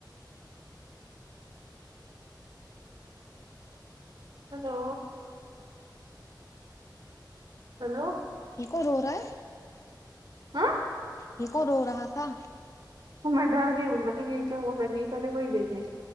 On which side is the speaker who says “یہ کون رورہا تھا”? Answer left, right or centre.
Left